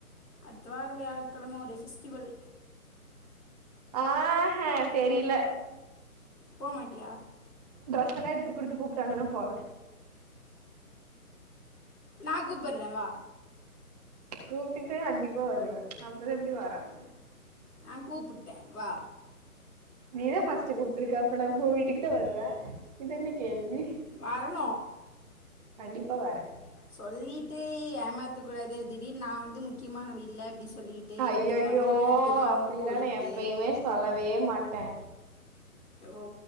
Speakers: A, on the left; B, on the right.
A: அடுத்த வாரம் வியாழக்கிழமை ஒரு எசிஸ்டிவல்
B: ஆஹ்ஹ் தெரியல
A: போமாட்டியா
B: ட்ரெஸ் எல்லா எடுத்து குடுத்து கூப்ட்டாங்கன்னா போவே
A: நான் கூபிடுறேவா
B: கூப்பிட்ட கண்டிப்பா வருவேன் அப்பதான் எப்படி வராம
A: நான் கூப்புட்ட வா
B: இன்னைக்கு தான் ஃபாஸ்ட் கூப்பட்டுருக்கேன் அப்ப நான் ஊ வீட்டுக்கிட்ட வருவேன் இதென்ன கேள்வி
A: வரணு
B: கண்டிப்பா வரேன்
A: சொல்லிட்டு ஏமாத்த கூடாது திடீர் நான் வந்து முக்கியமான வ இல் அப்டி சொல்லிட்டு
B: ஐய்யயோ
A: முக்கியமானவங்க கூப்ட்டது அங்க
B: அப்படிலாம்
A: போயிட்டு
B: நான் எப்பயுமே சொல்லவே மாட்டேன்
A: ஓ